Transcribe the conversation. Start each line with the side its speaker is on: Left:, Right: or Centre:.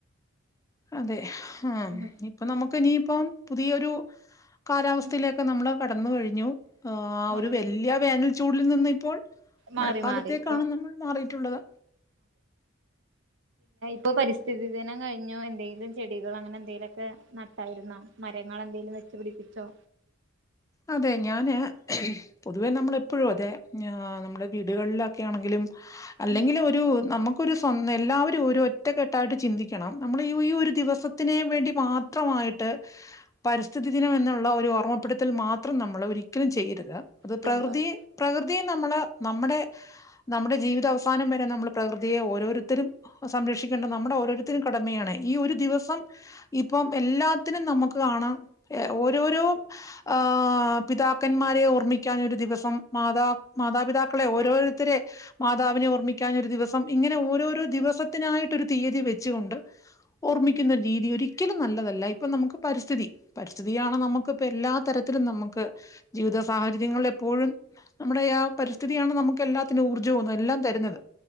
Left: അതെ, ആഹ്..
Right: ഉം
Left: ഇപ്പൊ നമുക്കിനിയിപ്പം, പുതിയൊരു കാലാവസ്ഥയിലൊക്കെ
Right: ഉം
Left: നമ്മുടെ കടന്നുകഴിഞ്ഞു. ആ.. ആയൊരു
Right: അതെ
Left: വലിയ വേനൽ ചൂടിൽനിന്നിപ്പോൾ
Right: മാറി
Left: മഴക്കാലത്തേക്കാണ്
Right: മാറി ഇപ്പൊ
Left: നമ്മൾമാറിയിട്ടുള്ളത്.
Right: ഇപ്പൊപരിസ്ഥിതിദിനം കഴിഞ്ഞോ? എന്തെങ്കിലും ചെടികളങ്ങനെ എന്തെങ്കിലുമൊക്കെ നട്ടായിരുന്നോ മരങ്ങളെന്തെങ്കിലും വെച്ചുപിടിപ്പി പിടിപ്പിച്ചോ
Left: അതെ, ഞാന്പൊതുവേ നമ്മളെപ്പോഴുമതെ നമ്മുടെ വീടുകളിലൊക്കെയാണെങ്കിലും അല്ലെങ്കിലൊരു,
Right: ഉം
Left: നമുക്കൊരു ഒന്നെല്ലാവരുമൊരു ഒറ്റക്കെട്ടായിട്ട് ചിന്തിക്കണം. നമ്മുടെ ഈ, ഒരു ദിവസത്തിന് വേണ്ടി മാത്രമായിട്ട് പരിസ്ഥിതിദിനമെന്നുള്ള ഒരു ഓർമ്മപ്പെടു.. ത്തിൽ മാത്രം നമ്മള് ഒരിക്കലും ചെയ്യര്ത്. അത്
Right: ചെയ്യാൻ
Left: പ്രകൃതി,
Right: പാടില്ല.
Left: പ്രകൃതിയെ നമ്മള് നമ്മുടെ, നമ്മുടെ ജീവിത അവസാനം വരെ നമ്മൾ പ്രകൃതിയെ ഓരോരു ത്തരും സംരക്ഷിക്കണ്ട നമ്മുടെ ഓരോരുത്തരും കടമയാണ്. ഈ ഒരു ദിവസ ഇപ്പം ഇപ്പം എല്ലാത്തിനും നമുക്ക് കാണാം, ഓരോരോ ആഹ് പിതാക്കന്മാരെ ഓർമ്മിക്കാനൊരു ദിവസം. മാതാ മാതാപിതാക്കളെ ഓരോരുത്തരെ, മാതാവിനെ ഓർമ്മിക്കാനൊരു ദിവസം. ഇങ്ങനെ ഓരോരോ ദിവസത്തിനായിട്ടൊരു തീയതി വെച്ചുകൊണ്ട് ഓർമ്മിക്കുന്ന രീതി, ഒരിക്കലും നല്ലതല്ല. ഇപ്പൊ നമുക്ക് പരിസ്ഥിതി, പരിസ്ഥിതിയാണ് നമുക്കിപ്പോ എല്ലാ തരത്തിലും നമുക്ക് ജീവിത സാഹചര്യങ്ങളിൽ എപ്പോഴും നമ്മുടെ ആ പരിസ്ഥിതിയാണ് നമുക്ക് എല്ലാത്തിനും ഊർജ്ജവും എല്ലാം തരുന്നത്.